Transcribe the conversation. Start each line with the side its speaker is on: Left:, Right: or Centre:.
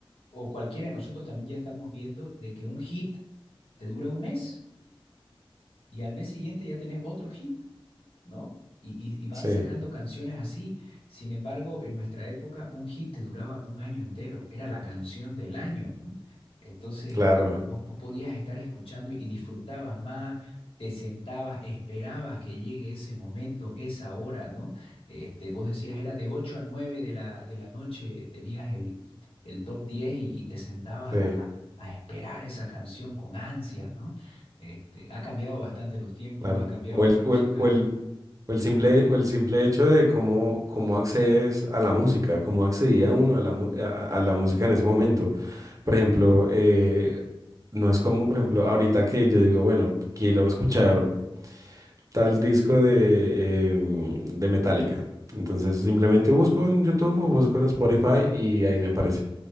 Left: o cualquiera de nosotros también ya estamos viendo de que un hit te dura un mes y al mes siguiente ya tenés otro hit ¿no? Y, y- y van
Right: sí,
Left: sacando canciones así. Sin embargo, en nuestra época, un hit te duraba un año entero. Era la canción del año, ¿no? Entonces,
Right: claro,
Left: este, vos, vos podías estar escuchando y disfrutabas más, te sentabas, esperabas que llegue ese momento, esa hora, ¿no? Este, vos decías, era de 8 a 9 de la, de la noche, tenías el, el top diez y, y te sentabas
Right: sí,
Left: a, a- a esperar esa canción con ansias, ¿no? Este, ha cambiado bastante los tiempos,
Right: claro.
Left: ha cambiado
Right: O
Left: la
Right: el,
Left: música,
Right: o el, o el- O el simple, o el simple hecho de cómo, cómo accedes a la música, cómo accedía uno a la, mu- a, a la música en ese momento. Por ejemplo, eh, no es como, por ejemplo, ahorita que yo digo, bueno, quiero escuchar tal disco de, em, de Metallica. Entonces simplemente busco en YouTube o busco en Spotify y ahí me aparece.